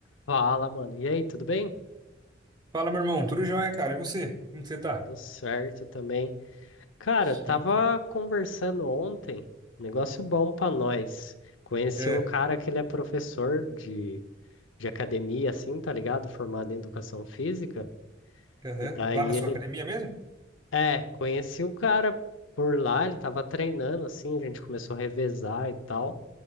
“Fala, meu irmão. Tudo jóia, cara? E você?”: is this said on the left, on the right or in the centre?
Right